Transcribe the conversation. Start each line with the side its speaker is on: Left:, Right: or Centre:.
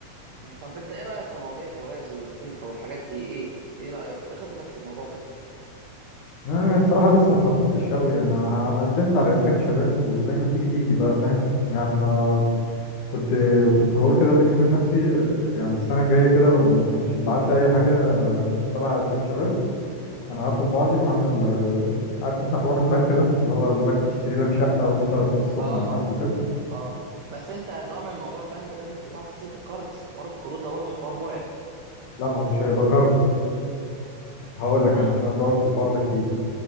Right: مم. طب انت ايه رايك في مواضيع الجواز والخلفه والحاجات دي ايه ايه رايك في ايه خططك في الموضوع ده
Left: انا الصراحه لسه ما خططتش قوي يعني انا ه- أنا قدمت على اسكان شباب وزي ما تيجي تيجي بقى فاهم يعني انا
Right: مم.
Left: كنت كنت بقول كده بيني وبين نفسي يعني السنه الجايه كده لو ما كانش اتبعت لي اي حاجه تبع اسكان شباب انا هاخد بعضي وهعمل آه، عارف انت حوار البنك ده اللي هو البنك يشتري لك شقه وانت تقسط
Right: اه
Left: مع البنك وكده
Right: اه بس انت ضامن موضوع البنك ده ان انت تعرف تسد الكارد اصل حوار الكروت ده برضه حوار مرعب
Left: لا ما هو مش هيبقى كارد هقول لك
Right: امم
Left: انا عشان أنا دورت في الحوار ده كتير